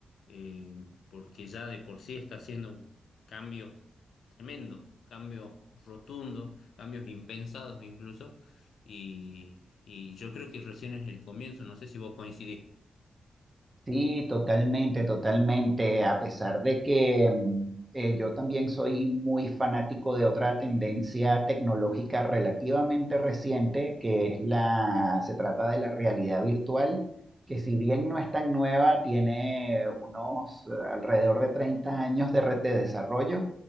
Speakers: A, on the left; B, on the right.
A: Eh, porque ya de por sí está haciendo un cambio tremendo, cambios rotundos, cambios impensados incluso, y, y yo creo que recién es el comienzo, no sé si vos coincidís.
B: Sí, totalmente, totalmente. A pesar de que mm, eh, yo también soy muy fanático de otra tendencia tecnológica relativamente reciente, que es la, se trata de la realidad virtual, que si bien no es tan nueva, tiene unos eh, alrededor de 30 años de red de desarrollo.